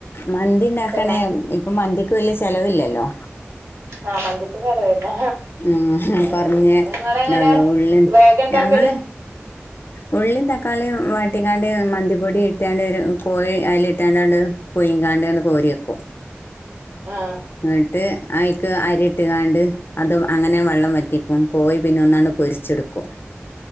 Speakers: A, on the left; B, on the right.
A: മന്തി ഉണ്ടാക്കണേ
B: തന്നെ
A: ഇപ്പം മന്തി വല്യ ചെലവില്ലല്ലോ.
B: ആ മന്തിക്ക് ചിലവാട്ടോ
A: ഉം,
B: ആ
A: കുറഞ്ഞ
B: നിങ്ങള് എങ്ങനെ
A: ഇതുള്ളൂ ഉള്ളി
B: വേഗ ഇണ്ടാക്കല്
A: ഞങ്ങള് ഉള്ളിയും തക്കാളിയും വാട്ടിക്കാണ്ട് മന്തിപ്പൊടി ഇട്ടാണ്ട് കോഴി അതിലി ട്ടാണ്ടോണ്ട് പുയിങ്ങികാണ്ട്അങ്ങ് കോരിവെക്കും.
B: ആഹ്
A: എന്നിട്ട് അയിക്ക് അരിയിട്ടുകാണ്ട് അത് അങ്ങനെ വെള്ളം വറ്റിക്കും. കോഴി പിന്നെ ഒന്നങ്ങോണ്ട്പൊരിച്ചെടുക്കും.